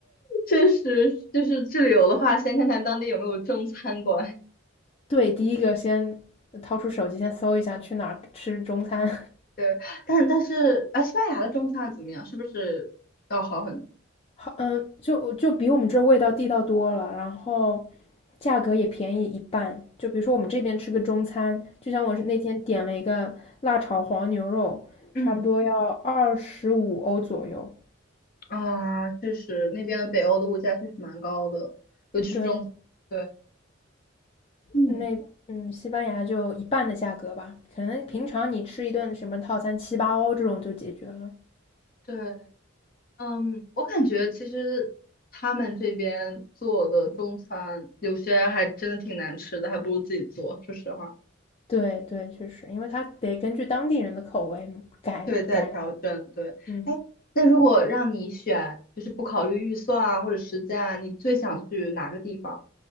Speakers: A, on the left; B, on the left.
A: 确实，就是去旅游的话，先看看当地有没有中餐馆。<laughs>
B: 对，第一个先掏出手机，先搜一下去哪儿吃中餐。
A: 对，但但是，哎，西班牙的中餐怎么样？是不是要好很多？
B: 好，嗯，就就比我们这味道地道多了，然后价格也便宜一半。就比如说我们这边吃个中餐，就像我是那天点了一个辣炒黄牛肉，
A: 嗯，
B: 差不多要二十五欧左右。
A: 啊，确实，那边北欧的物价确实蛮高的，尤其是中餐。
B: 对，
A: 对，嗯，
B: 那嗯，西班牙就一半的价格吧，可能平常你吃一顿什么套餐七八欧这种就解决了。
A: 对，嗯，我感觉其实他们这边做的中餐有些还真的挺难吃的，还不如自己做。说实话。
B: 对对，确实，因为它得根据当地人的口味改改良。
A: 对，在调整，对。
B: 嗯
A: 哎，那如果让你选，就是不考虑预算啊或者时间啊，你最想去哪个地方？